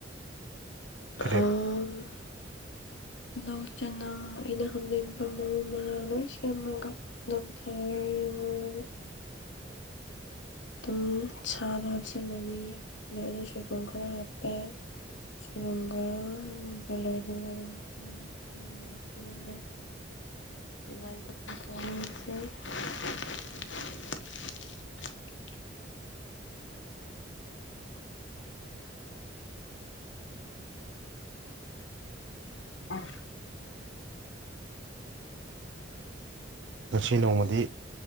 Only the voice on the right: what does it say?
ꯀꯔꯤ
ꯉꯁꯤ ꯅꯣꯡꯃꯗꯤ